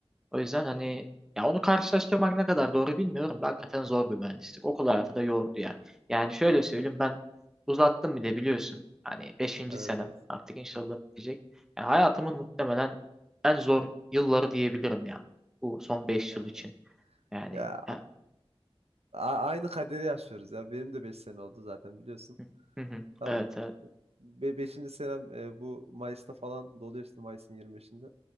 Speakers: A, in the centre; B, on the right (about 85°).
A: O yüzden hani ya onu karşılaştırmak ne kadar doğru bilmiyorum da hakikaten zor bir mühendislik. Okul hayatı da yordu yani. Yani şöyle söyleyeyim ben uzattım bir de biliyorsun. Hani beşinci
B: Evet
A: senem
B: evet.
A: artık inşallah bitecek. Yani hayatımın muhtemelen en zor yılları diyebilirim ya. Bu son beş
B: Aynen.
A: yıl için. Yani
B: Ya
A: ya-
B: a- aynı kaderi yaşıyoruz ya. Benim de 5 sene oldu zaten biliyorsun.
A: <laughs> Hı hı.
B: Tam
A: Evet evet.
B: 5. senem e, bu Mayıs'ta falan doluyor işte Mayıs'ın yirmi beşinde